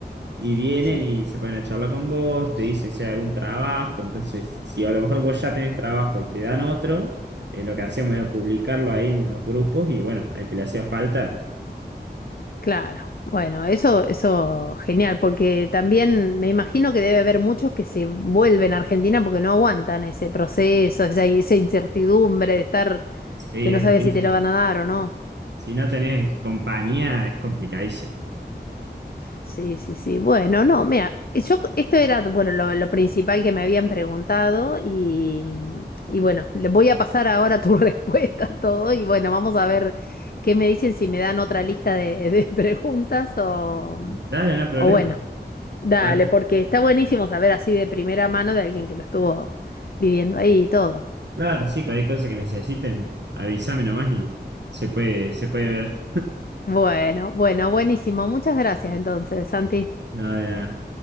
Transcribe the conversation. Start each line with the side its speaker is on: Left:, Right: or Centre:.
Right: y vienen
Left: Sí,
Right: y se ponen a charlar con vos, te dicen si hay algún trabajo, entonces si a lo mejor vos ya tenés trabajo y te dan otro, eh, lo que hacíamos era publicarlo ahí en los grupos y bueno, al que le hacía falta,
Left: claro. Bueno, eso, eso genial, porque también me imagino que debe haber muchos que se vuelven a Argentina porque no aguantan ese proceso, esa, esa incertidumbre de estar
Right: sí,
Left: que no
Right: es
Left: sabes
Right: durísimo.
Left: si te lo van a dar o no.
Right: Si no tenés compañía, es complicadísimo.
Left: Sí, sí, sí. Bueno, no, mira, yo esto era, bueno, lo, lo principal que me habían preguntado y, y bueno, le voy a pasar ahora tu <laughs> respuesta a todo y bueno, vamos a ver qué me dicen si me dan otra lista de, de <laughs> preguntas o,
Right: Dale, no hay problema.
Left: o bueno, dale,
Right: Cual-
Left: porque está buenísimo saber así de primera mano de alguien que lo estuvo viviendo ahí y todo.
Right: claro, sí, cualquier cosa que necesiten, avísame nomás y se puede, se puede ver.
Left: Bueno, bueno, buenísimo. Muchas gracias entonces, Santi.
Right: Nada,